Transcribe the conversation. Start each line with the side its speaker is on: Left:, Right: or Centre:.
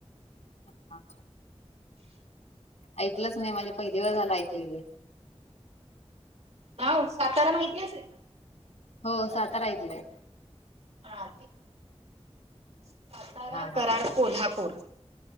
Left: हा हा ऐकलंच नाही माझे पहिली वेळ झाला ऐकलंय ते
Right: ह सातारा माहिती आहेेल
Left: हो सातारा ऐकलंय
Right: हा सातारा
Left: हा
Right: कराड
Left: हा
Right: कोल्हापूर